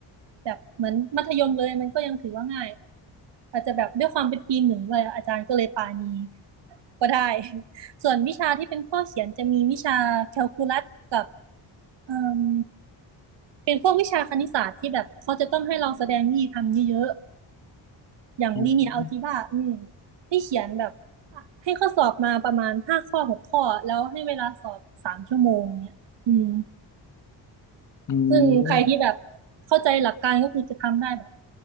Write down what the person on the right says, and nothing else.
แบบเหมือนมัธยมเลยมันก็ยังถือว่าง่ายอาจจะแบบด้วยความเป็นปีหนึ่งเลยอาจารย์ก็เลยปานีก็ได้ <laughs> ส่วนวิชาที่เป็นข้อเขียนจะมีวิชาแคลคูลัสกับเอ่มเป็นพวกวิชาคณิตศาสตร์ที่แบบเขาจะต้องให้เราแสดงวิธีทำเยอะ อย่างลีเนียร์อัลจีบราอืม
ให้เขียนแบบให้ข้อสอบมาประมาณห้าข้อหกข้อแล้วให้เวลาสอบสามชั่วโมงเนี่ยอืม
ซึ่งใครที่แบบเข้าใจหลักการก็คือจะทำได้แบบ